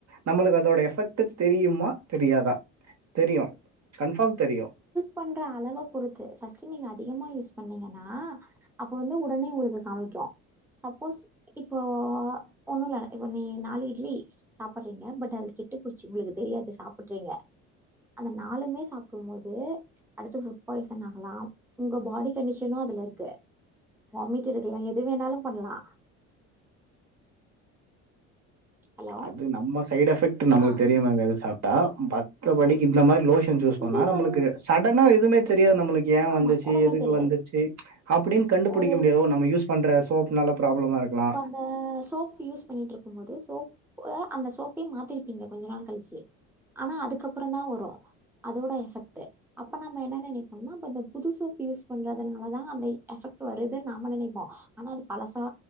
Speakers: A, on the right; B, in the centre.
A: நம்மளுக்கு அதோட எஃபெக்ட் தெரியுமா தெரியாதா தெரியு கன்ஃபார்ம் தெரியு
B: பண்ற அளவ பொறுத்து ஃபஸ்ட்டு நீங்க அதிகமா யூஸ் பண்ணீங்கனா அப்ப வந்து உடனே உங்களுக்கு காமிக்கு சப்போஸ் இப்போ ஒண்ணு இல்ல இப்போ நீ நாலு இட்லி சாப்பறீங்க பட் அது கெட்டு போச்சி உங்களுக்கு தெரியாது சாப்ட்றீங்க அந்த நாளுமே சாப்டும் போது அடுத்து ஃபுட் பாய்சன் ஆகலா உங்க பாடி கண்டிஷனு அதுல இருக்கு வாமிட் எடுக்கலா எது வேணாலு பண்ணலா ஹலோ
A: அது நம்ம சைடு் எஃபெக்ட் நம்ளுக்கு
B: ஆ
A: தெரியு மேம் எது சாப்ட்டா மட்ர படிக்கு
B: ஆ
A: இந்த மாரி லோஷன் யூஸ் பண்ணா
B: இது
A: நம்மளுக்கு
B: வந்
A: சடனா எதுமே தெரியாது நம்ளுக் ஏன்
B: ஆமா
A: வந்துச்சு
B: உடனே
A: எதுக்கு
B: தெரியாது
A: வந்துச்சு அப்டின் கண்டுபுடிக்க
B: ஒரு
A: முடியாது ஓ நம்ம யூஸ் பண்ற சோப்னால ப்ராபளமா இருக்கலா
B: த அ சோப் யூஸ் பண்ணிட்டு இருக்கும் போது சோப்பு அந்த சோப்பயே மாதிருப்பீங்க கொஞ்ச நாள் கழிச்சி ஆனா அதுக்கப்றம் தா வரு அதோட எஃபெக்ட்டு அப்ப நாம என்ன நெனைப்போனா நம்ம இந்த புது சோப் யூஸ் பண்றதுனாலதா அந்த எஃபெக்ட் வருதுன்னு நாம நெனைப்போ ஆனா அது பழசா